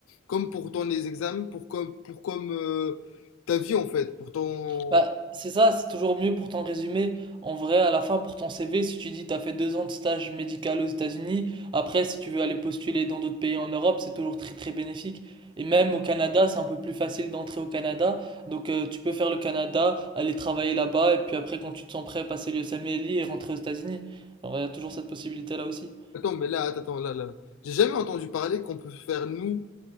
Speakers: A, on the left; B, on the right.
A: comme pour ton les examens, pour comme pour comme euh, ta vie en fait, pour ton.
B: Bah, c'est ça, c'est toujours mieux pour ton résumé. En vrai, à la fin, pour ton CV, si tu dis t'as fait deux ans de stage médical aux États-Unis, après, si tu veux aller postuler dans d'autres pays en Europe, c'est toujours très très bénéfique. Et même au Canada, c'est un peu plus facile d'entrer au Canada. Donc, euh, tu peux faire le Canada, aller travailler là-bas, et puis après, quand tu te sens prêt, passer l'USMLE et rentrer aux États-Unis. Alors, il y a toujours cette possibilité-là aussi.
A: Attends, mais là, attends, là, là. J'ai jamais entendu parler qu'on peut faire nous